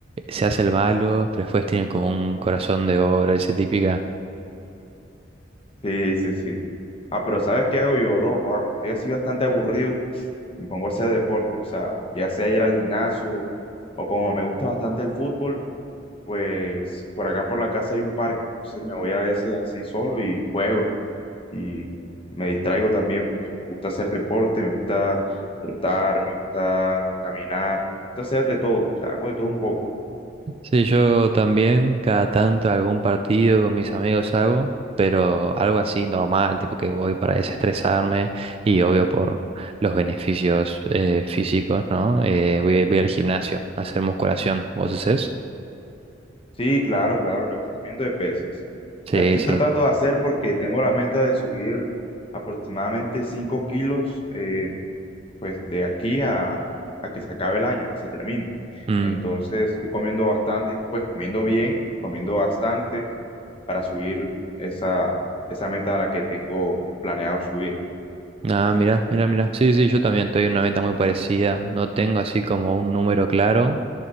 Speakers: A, on the right; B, on the left.
A: se hace el malo, pero después tiene como un corazón de oro, ese típica.
B: Sí, sí, sí. Ah, pero ¿sabes qué hago yo, bro? Joder, Cuando estoy así bastante aburrido, me pongo a hacer deporte. O sea, ya sea ir al gimnasio, o como me gusta bastante el fútbol. pues por acá por la casa hay un parque, entonces me voy a veces así solo y juego y me distraigo también porque me gusta hacer deporte, me gusta trotar, me gusta caminar, me gusta hacer de todo, o sea, hago de todo un poco.
A: Sí, yo también cada tanto algún partido con mis amigos hago, pero algo así normal, tipo que voy para desestresarme y obvio por los beneficios eh, físicos, ¿no? Eh, voy, voy al gimnasio a hacer musculación. ¿Vos hacés?
B: Sí, claro, claro, levantamiento de pesas.
A: Sí,
B: Te estoy
A: sí.
B: tratando de hacer porque tengo la meta de subir aproximadamente 5 kilos, eh, pues de aquí a, a que se acabe el año, que se termine.
A: Mm,
B: Entonces estoy comiendo bastante, pues comiendo bien, comiendo bastante para subir esa, esa meta a la que tengo planeado subir.
A: Ah, mira, mira, mira. Sí, sí, yo también estoy en una meta muy parecida. No tengo así como un número claro,